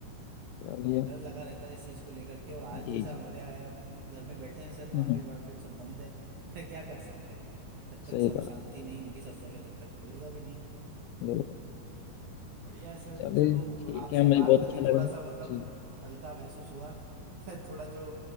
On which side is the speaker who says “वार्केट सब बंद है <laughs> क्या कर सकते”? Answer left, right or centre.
Right